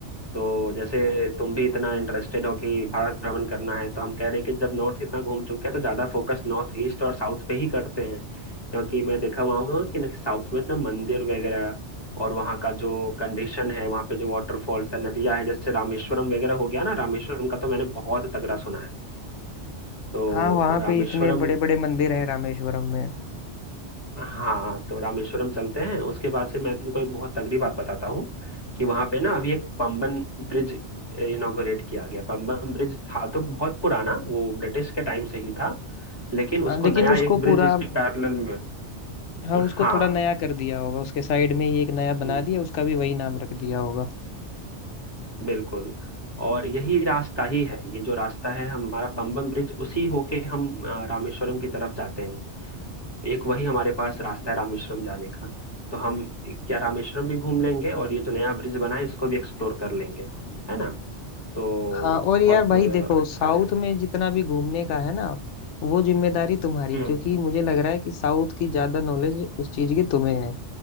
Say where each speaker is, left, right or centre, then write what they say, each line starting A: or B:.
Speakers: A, on the left (about 20°); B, on the left (about 85°).
A: तो जैसे तुम भी इतना इंटरेस्टेड हो कि भारत भ्रमण करना है तो हम कह रहे हैं कि जब नॉर्थ इतना घूम चुके हैं तो ज्यादा फोकस नॉर्थ ईस्ट और साउथ पे ही करते हैं क्योंकि मैं देखा हुआ हूँ कि ना साउथ में ना मंदिर वगैरह और वहाँ का जो कंडीशन है वहाँ पे जो वाटरफॉल्स है नदियाँ है जैसे रामेश्वरम वगैरह हो गया ना रामेश्वरम का तो मैंने बहुत तगड़ा सुना है तो
B: हाँ वहाँ
A: रामेश्वरम
B: पे इतने बड़े बड़े मंदिर हैं रामेश्वरम में
A: हाँ तो रामेश्वरम चलते हैं उसके बाद से मैं तुमको एक बहुत तगड़ी बात बताता हूँ कि वहां पे ना अभी एक पंबन ब्रिज इनॉग्रेट किया गया पंबन ब्रिज था तो बहुत पुराना वो ब्रिटिश के टाइम से ही था लेकिन उसको
B: हाँ लेकिन
A: नया
B: उसको
A: एक ब्रिज
B: पूरा
A: उसके पैरेलल में
B: हाँ उसको
A: हाँ
B: थोड़ा नया कर दिया होगा उसके साइड में ही एक नया
A: हम्म,
B: बना दिया उसका भी वही नाम रख दिया होगा
A: बिल्कुल और यही रास्ता ही है ये जो रास्ता है हमारा पंबन ब्रिज उसी होके हम अ, रामेश्वरम की तरफ जाते हैं एक वही हमारे पास रास्ता है रामेश्वरम जाने का तो हम क्या रामेश्वरम भी घूम लेंगे और ये जो नया ब्रिज बना है इसको भी एक्सप्लोर कर लेंगे है ना तो
B: हाँ और
A: बहुत
B: यार भाई
A: अच्छा
B: देखो साउथ
A: रहे
B: में जितना भी घूमने का है ना वो जिम्मेदारी तुम्हारी
A: हम्म
B: क्योंकि मुझे लग रहा है कि साउथ की ज्यादा नॉलेज उस चीज की तुम्हें है